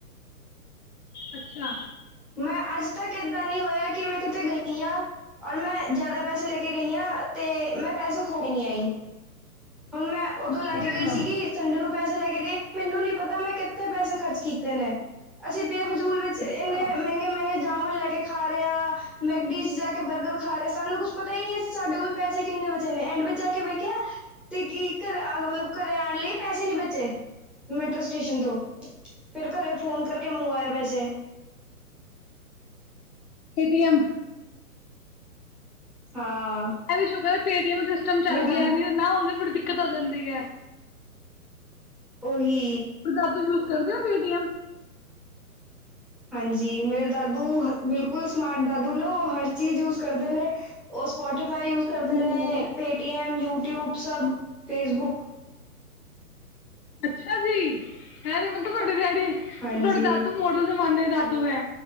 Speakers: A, on the left (about 80°); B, in the centre.
A: ਅੱਛਾ।
B: ਮੈਂ ਅੱਜ ਤੱਕ ਏਦਾਂ ਨੀ ਹੋਇਆ ਕਿ ਮੈਂ ਕਿਤੇ ਗਈ ਆ। ਔਰ ਮੈਂ ਜ਼ਿਆਦਾ ਪੈਸੇ ਲੇ ਕੇ ਗਈ ਆਂ, ਤੇ ਮੈਂ ਪੈਸੇ ਖੋ ਕੇ ਨੀ ਆਈ।
A: <inaudible>
B: ਹੁਣ ਮੈਂ ਉਦੋਂ ਲੈ
A: ਅੱਛਾ
B: ਕੇ ਗਈ ਸੀਗੀ, ਸੰਡੇ ਨੂੰ ਪੈਸੇ ਲੈ ਕੇ ਗੀ ਮੈਨੂੰ ਨੀ ਪਤਾ ਮੈਂ ਕਿੱਥੇ ਪੈਸੇ ਖਰਚ ਕੀਤੇ ਨੇ, ਅਸੀਂ ਬੇਫਜੂਲ ਵਿੱਚ ਇੰਨੇ
A: ਅੱਛਾ
B: ਮਹਿੰਗੇ ਮਹਿੰਗੇ ਜਾਮੁਨ ਲੈ ਕੇ ਖਾ ਰੇ ਆ, ਮੈਗਡੀ ਚ ਜਾ ਕੇ ਬਰਗਰ ਖਾਰੇ ਸਾਨੂੰ ਕੁੱਛ ਪਤਾ ਈ ਨੀ ਸਾਡੇ ਕੋਲ ਪੈਸੇ ਕਿੰਨੇ ਵਚੇ ਨੇ, ਐਂਡ ਵਿੱਚ ਜਾ ਕੇ ਵੇਖਿਆ ਤੇ ਕੀ ਘਰ ਆ ਮਤਲਬ ਘਰੇ ਆਣ ਲਈ ਪੈਸੇ ਨੀ ਬਚੇ, ਮੈਟਰੋ ਸਟੇਸ਼ਨ ਤੋਂ। ਫਿਰ ਘਰੇ ਫ਼ੋਨ ਕਰਕੇ ਮੰਗਵਾਏ ਪੈਸੇ।
A: ਏਟੀ ਐਮ
B: ਹਾਂ
A: ਐਵੀ ਸ਼ੁਕਰ ਅ ਪੇ ਟੀ ਐਮ ਦਾ ਸਿਸਟਮ ਚੱਲ
B: ਮੈਂ
A: ਗਿਆ,
B: ਤਾਂ
A: ਨਹੀ ਤੇ ਨਾ ਹੁੰਦਾ ਬੜੀ ਦਿੱਕਤ ਆ ਜਾਂਦੀ ਐ।
B: ਓਹੀ
A: ਤੇ ਦਾਦੂ ਯੂਜ ਕਰਦਾ ਪੇਟੀ ਐਮ?
B: ਹਾਂਜੀ, ਮੇਰੇ ਦਾਦੂ ਹ ਬਿਲਕੁਲ ਸਮਾਰਟ ਦਾਦੂ ਨਾ ਓਹ ਹਰ ਚੀਜ਼ ਯੂਸ ਕਰਦੇ ਨੇ ਉ ਸਪੋਟੀਫਾਈ ਯੂਜ ਕਰਦੇ
A: ਜਿਹੜਾ
B: ਨੇ,
A: ਗੱਲ ਹੈ
B: ਪੇਟੀਐਮ, ਯੁਟਿਊਬ ਸਭ ਫੇਸਬੁੱਕ
A: ਅੱਛਾ ਜੀ, ਐ ਤੇ ਮਤਲਬ ਤੁਵਾਡੇ ਡੈਡੀ
B: ਹਾਂਜੀ
A: ਤੁਵਾਡੇ ਦਾਦੂ ਮੋਡਰਨ ਜ਼ਮਾਨੇ ਦਾਦੂ ਐ,